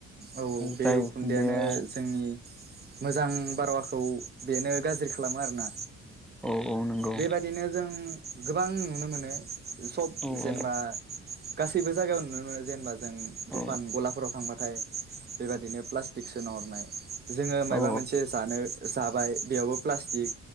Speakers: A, on the right; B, in the centre.
A: औ औ बे
B: जाय
A: उखुन्दैआनो
B: उखुन्दैया
A: जोंनि मोजां बारहावा। खौ बेनो गाज्रि खालामो आरोना
B: औ औ नंगौ
A: बेबादिनो जों। गोबां नुनो मोनो। सब
B: औ
A: जेनेबा।
B: औ
A: गासैबो जायगायाव नुनो मोनो जेनेबा। जों दखान
B: औ नंगौ औ
A: गला। खराव थांबाथाय बेबायादिनो प्लास्टिक सोनहरनाय। <inaudible> जोङो माबा
B: औ
A: मोनसे जानो। साहाबाय। बेयावबो प्लास्टिक